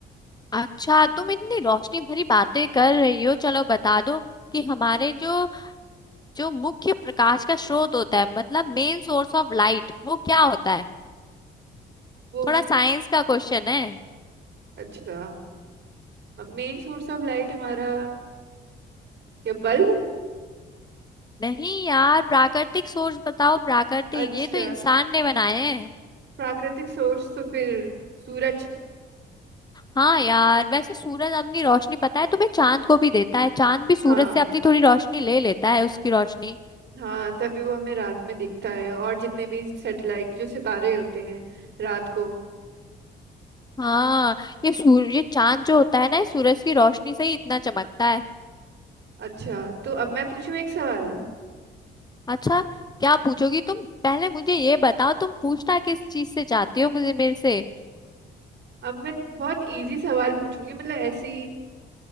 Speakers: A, on the left; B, on the right.
A: अच्छा
B: हम्म,
A: तुम इतनी रोशनी भरी बातें कर रही हो चलो बता दो कि हमारे जो जो मुख्य प्रकाश का स्रोत होता है मतलब मेन सोर्स ऑफ लाइट वो क्या होता है
B: वो
A: थोड़ा साइंस का क्वेश्चन है
B: अच्छा मेन सोर्स ऑफ लाइट हमारा या बल्ब
A: नहीं यार प्राकृतिक सोर्स बताओ प्राकृतिक
B: अच्छा
A: ये तो इंसान ने बनाए हैं
B: प्राकृतिक सोर्स तो फिर सूरज
A: हाँ यार वैसे सूरज अपनी रोशनी पता है तुम्हें चांद को भी देता है चांद भी सूरज
B: हाँ
A: से अपनी थोड़ी रोशनी ले लेता है उसकी रोशनी
B: हाँ तभी वो हमें रात में दिखता है और जितने भी सैटेलाइट जो सितारे होते हैं रात को
A: हाँ ये सूर ये चांद जो होता है ना ये सूरज की रोशनी से ही इतना चमकता है
B: अच्छा तो अब मैं पूछूं एक सवाल
A: अच्छा क्या पूछोगी तुम पहले मुझे ये बताओ तुम पूछना किस चीज से चाहती हो मुझे मेरे से
B: अब मैं बहुत इजी सवाल पूछूंगी मतलब ऐसी